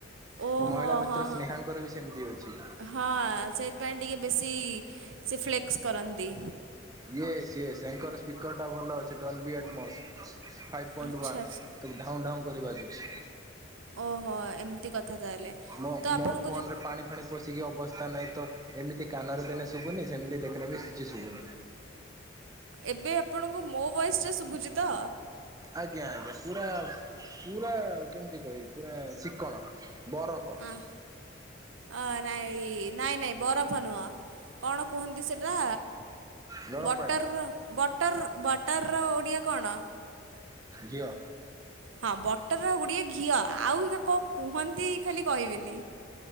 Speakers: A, on the right; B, on the right.
A: ଓହୋ
B: ମୁଁ ମହିଳା ମିତ୍ର
A: ହଁ ହଁ
B: ସ୍ନେହାଙ୍କର ବି ସେମ ତି ଅଛି।
A: ହଁ ସେଇଥିପାଇଁ ଟିକେ ବେଶୀ ସେ ଫ୍ଲେକ୍ସ କରନ୍ତି।
B: ଇଏସ ଇଏସ ତାଙ୍କର ସ୍ପିକର ଟା ଭଲ ଅଛି। Dolby Atmos five point
A: ଆଚ୍ଛା
B: ୱାନ୍।
A: ଆଚ୍ଛା
B: ତୁଇ ଢାଉଁ ଡାଉଁ କରି ବାଜୁଛି।
A: ଓହୋ ଏମିତି କଥା ତାହେଲେ
B: ମୋ
A: ତ ଆପଣଙ୍କୁ
B: ମୋ ଫୋନ
A: ଯେ
B: ରେ ପାଣି ପାଣି ପଷିକି ଅବସ୍ଥା ନାହିଁ ତ। ଏମିତି କାନରେ ଦେନେ ଶୁବୁନି ସେମିତି ଦେଖିନେ ବି କିଛି ଶୁବୁନି।
A: ଏବେ ଆପଣଙ୍କୁ ମୋ ବଏସଟା ଶୁବୁଜିତ?
B: ଆଜ୍ଞା ଆଜ୍ଞା ପୁରା ପୁରା କେମିତି କହିବି ପୁରା ଚିକ୍କଣ। ବରଫ।
A: ବୁ ଅ ନାଇଁ ନାଇଁ ନାଇଁ ବରଫ ନୁହଁ। କଣ କୁହନ୍ତି ସେଟା
B: ଗରମ
A: ବଟର
B: ପାଣି।
A: ବଟର ବଟର ର ଓଡ଼ିଆ କଣ?
B: ଘିଅ।
A: ହଁ ବଟରର ଓଡିଆ ଘିଅ ଆଉ ହେକା କଣ କୁହନ୍ତି ଖାଲି କହିବିନି।